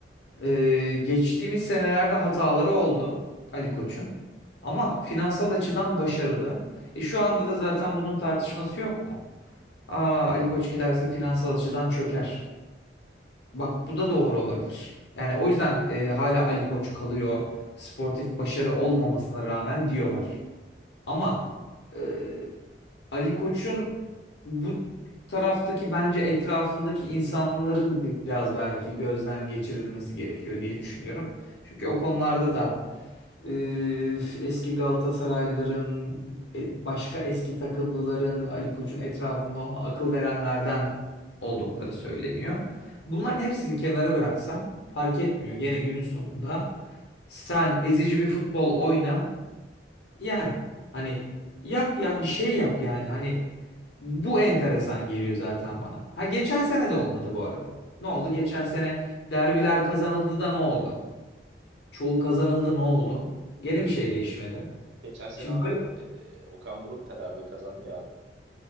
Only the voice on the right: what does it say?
Geçen sene
ama
e, Okan Buruk da derbi kazandı ya abi.